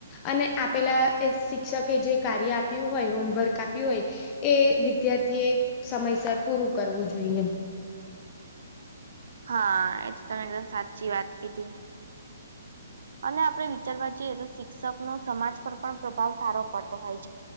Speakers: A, on the left (about 30°); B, on the right (about 60°).
A: અને આપેલા શિક્ષકે જે કાર્ય આપ્યું હોય હોમવર્ક આપ્યું હોય એ વિદ્યાર્થી એ સમયસર પૂરું કરવું જોઈએ્
B: હા એ તો તમે એકદમ સાચી વાત કીધી. અને આપણે વિચારવા જઈએ તો શિક્ષક નો સમાજ પર પણ પ્રભાવ સારો પડતો હોય